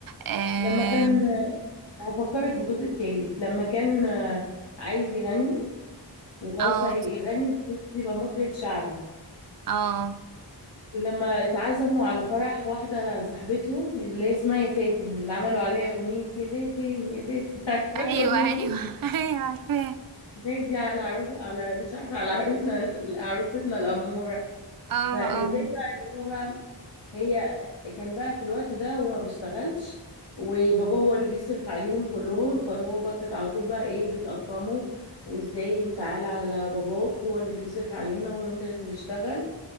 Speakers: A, on the right; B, on the left.
A: آم،
B: لما كان هفكرك بالجزء التالت لما كان آه، عايز يغني وخلاص
A: اه
B: هيغني بس يبقى مطرب شعبي
A: اه
B: ولما اتعزموا على فرح واحدة صاحبتهم اللي هي اسمها يا فاتن اللي عملوا عليها أغنية يا فاتن يا فاتن <laughs> عارفة الأغنية
A: ايوه ايوه
B: دي؟
A: <laughs> ايوه عارفاه
B: الناس دي على عروس على مش عارفة على عروسنا عروستنا الأمورة
A: اه
B: فازاي
A: اه
B: بقى ان هو بقى هي كان بقى في الوقت ده هو ما بيشتغلش وبابا هو اللي بيصرف عليهم كلهم فهو بقى كانت على طول بقى ايه بتقطمه وازاي انت عال على باباك هو اللي بيصرف علينا وانت اللي تشتغل